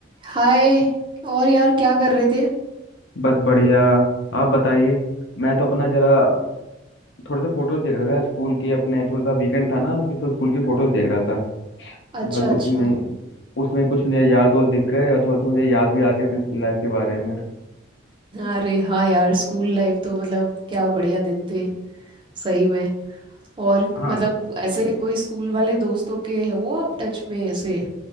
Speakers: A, on the right; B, on the left.
A: हाय और यार क्या कर रहे थे
B: बस बढ़िया आप बताइए मैं तो अपना जरा थोड़े से फोटोज देख रहा था स्कूल के अपने थोड़ा सा वीकेंड था ना तो स्कूल की फोटोज देख रहा था
A: अच्छा
B: बस
A: अच्छा
B: उसमें उसमें कुछ मुझे यार दोस्त दिख गए और थोड़ा सा मुझे याद भी आ गया अपनी स्कूल लाइफ के बारे में
A: अरे हाँ यार स्कूल लाइफ तो मतलब क्या बढ़िया दिन थे सही में और
B: हाँ
A: मतलब ऐसे कोई स्कूल वाले दोस्तों के है वो आप टच में ऐसे